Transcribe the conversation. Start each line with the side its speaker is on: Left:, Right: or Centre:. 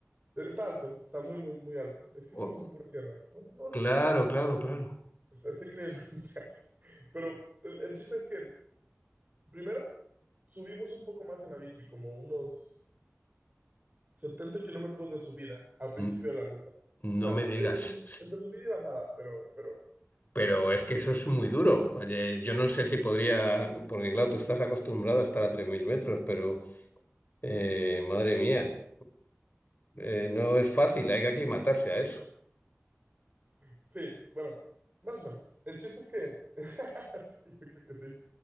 Right: Está alto, está muy, muy, muy alto. Es que estamos
Left: Oh,
Right: en pura sierra. Bueno, no,
Left: claro, claro, claro.
Right: está, está increíblemente <laughs> alto. Pero el, el chiste es que, primero, subimos un poco más en la bici, como unos 70 kilómetros de subida al principio
Left: N-
Right: de la ruta. O
Left: no
Right: sea,
Left: me digas.
Right: e- entre, su- entre subida y bajada, pero, pero
Left: Pero es que eso es muy duro. Oye, yo no sé si podría, porque claro, tú estás acostumbrado a estar a 3.000 metros, pero eh, madre mía, eh, no es fácil, hay que aclimatarse a eso.
Right: sí, bueno, más o menos. El chiste es que, <laughs> sí, yo creo que sí.